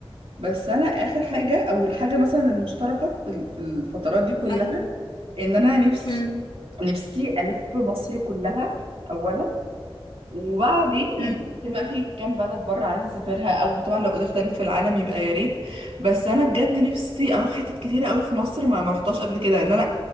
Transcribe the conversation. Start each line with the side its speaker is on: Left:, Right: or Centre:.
Right: بس انا اخر حاجه او الحاجه مثلا المشتركه في ال- في الفترات دي كلها
Left: ايوه
Right: ان انا نفسي
Left: مم.
Right: نفسي الف مصر كلها اولا وبعدين
Left: مم.
Right: يعني ممكن بقى في كام بلد بره عايزه اسافرها او طبعا لو قدرت الف في العالم يبقى يا ريت بس انا بجد نفسي اروح حتت كتيره قوي في مصر ما ما رحتهاش قبل كده ان انا